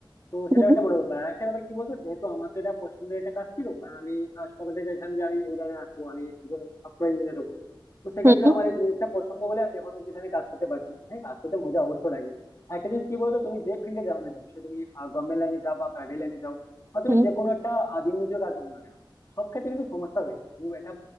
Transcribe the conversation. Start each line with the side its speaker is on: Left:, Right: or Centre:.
Left: তো সেটা
Right: হুম
Left: একটা বড় ব্যাপার আর একটা ব্যাপার কি বলতো যেহেতু আমার তো এটা পছন্দের একটা কাজ ছিল কারণ আমি আহ, সকাল থেকে চাইছিলাম যে আমি এই লাইনে আসবো আমি একজন সফটওয়্যার ইঞ্জিনিয়ার হবো তো সেক্ষেত্রে
Right: হুম
Left: আমার এই জিনিসটা পছন্দ বলে আমি এখন অব্দি এখানে কাজ করতে পারছি হ্যাঁ কাজ করতে মজা অবশ্যই লাগে আর একটা জিনিস কি বলতো তুমি যে ফিল্ডে যাও না কেন সে তুমি গভর্নমেন্ট লাইনে যাও বা প্রাইভেট লাইনে যাও বা তুমি
Right: হুম।
Left: যে কোনো একটা আহ, দিনমজুর কাজ করো না কেন সব ক্ষেত্রে কিন্তু সমস্যা রয়েছে তুমি এটা